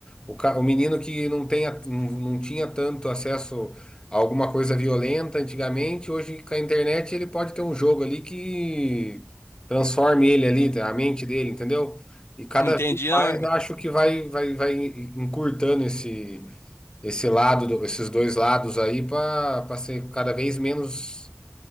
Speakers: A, on the left; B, on the left.
A: O, ca- o menino que não tem, a- não, não tinha tanto acesso a alguma coisa violenta antigamente, hoje com a internet ele pode ter um jogo ali que transforme ele ali, né, a mente dele, entendeu? E cada
B: Entendi,
A: vez
B: não.
A: mais
B: eu-
A: acho que vai, vai, vai encurtando esse esse lado, do- esses dois lados aí para ser cada vez menos